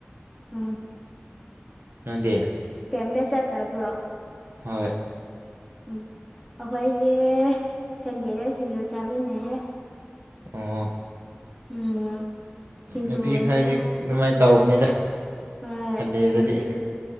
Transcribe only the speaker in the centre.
ꯎꯝ
ꯀꯝꯇ ꯆꯠꯇꯕ꯭ꯔꯣ?
ꯎꯝ ꯑꯩꯈꯣꯏꯗꯤ ꯁꯟꯗꯦꯗ ꯁꯤꯡꯖꯨ ꯆꯥꯃꯤꯟꯅꯩꯌꯦ꯫
ꯎꯝ ꯁꯤꯡꯖꯨꯅꯤꯅ
ꯍꯣꯏ
ꯅꯨꯄꯤ